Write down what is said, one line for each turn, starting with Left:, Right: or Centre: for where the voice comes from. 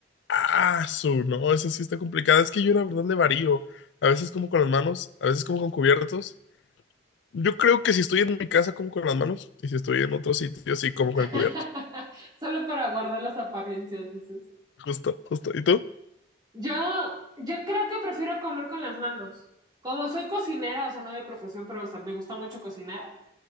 Left: ah, su, no, esa sí está complicada. Es que yo la verdad le varío. A veces como con las manos, a veces como con cubiertos. Yo creo que si estoy en mi casa como con las manos y si estoy en otro sitio sí como
Right: <laughs>
Left: con el cubierto.
Right: Solo para guardar las apariencias, dices.
Left: Justo, justo. ¿Y tú?
Right: Yo, yo creo que prefiero comer con las manos. Como soy cocinera, o sea, no de profesión, pero o sea, me gusta mucho cocinar.